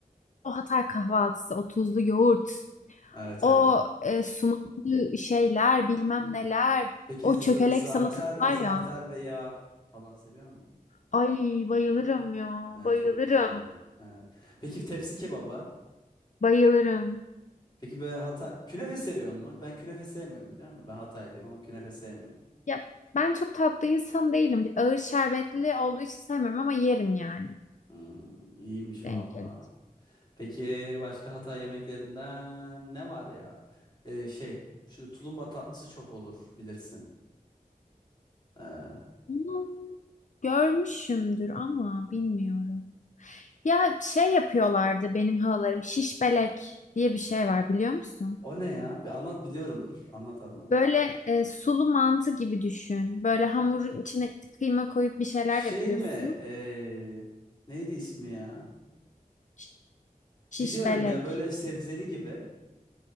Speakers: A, on the left; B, on the left.
A: o Hatay kahvaltısı, o tuzlu yoğurt,
B: Evet
A: o
B: evet.
A: e, sumaklı şeyler bilmem neler,
B: Peki
A: o
B: z-
A: çökelek
B: zaatar,
A: salatası var
B: zaatar
A: ya.
B: veya falan seviyor musun?
A: Ay bayılırım ya
B: Evet,
A: bayılırım.
B: çok güzel. Evet. Peki tepsi kebaba?
A: Bayılırım.
B: Peki böyle hata künefe seviyor musun? Ben künefe sevmiyorum biliyor musun? Ben Hataylıyım ama künefe sevmiyorum.
A: Ya ben çok tatlı insan değilim. Ağır şerbetli olduğu için sevmiyorum ama yerim yani.
B: Hmm, iyiymiş
A: Denk
B: valla.
A: gelir.
B: Peki başka Hatay yemeklerinden ne var ya? Ee, şey şu tulumba tatlısı çok olur bilirsin. Ee,
A: Bunu görmüşümdür ama bilmiyorum. Ya şey yapıyorlardı benim halalarım. Şiş belek diye bir şey var biliyor musun?
B: o ne ya? Bir anlat biliyorumdur. Anlat anlat.
A: Böyle e, sulu mantı gibi düşün. Böyle hamurun içine kıyma koyup bir şeyler
B: Şey
A: yapıyorsun.
B: mi? ee, neydi ismi ya?
A: Ş- Şiş
B: Biliyorum
A: belek.
B: ya böyle sebzeli gibi.